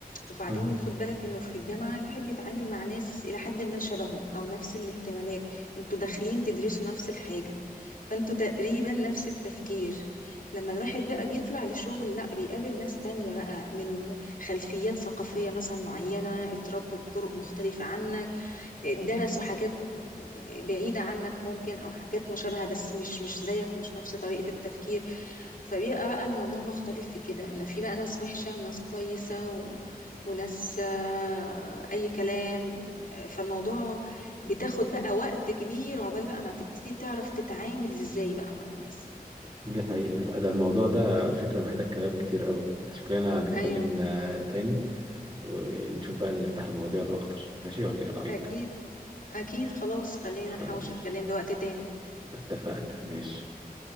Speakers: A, on the left; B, on the right.
A: وبعدين
B: آه.
A: خد بالك انه في الجامعة الواحد بيتعامل مع ناس إلى حد ما شبهه أو نفس الاهتمامات انتوا داخلين تدرسوا نفس الحاجة فانتوا تقريبا نفس التفكير لما الواحد بقى بيطلع لشغل لا بيقابل ناس تانية بقى من خلفيات ثقافية مثلا معينة اتربوا بطرق مختلفة عنك درسوا حاجات بعيدة عنك ممكن أو حاجات مشابهة بس مش مش زيك ومش نفس طريقة التفكير فبيبقى بقى الموضوع مختلف في كده إنه في بقى ناس وحشة وناس كويسة و... وناس آه، أي كلام فالموضوع بتاخد بقى وقت كبير عقبال بقى ما تبتدي تعرف تتعامل إزاي بقى مع الناس
B: دي حقيقة لا ده الموضوع ده على فكرة محتاج كلام كتير قوي ده شكلنا هنتكلم
A: أيوه
B: آه، تاني ونشوف بقى اللي نفتح المواضيع الأكتر ماشي ولا إيه رأيك؟
A: أكيد أكيد خلاص خلينا
B: خلاص
A: نحوش الكلام لوقت تاني
B: اتفقنا ماشي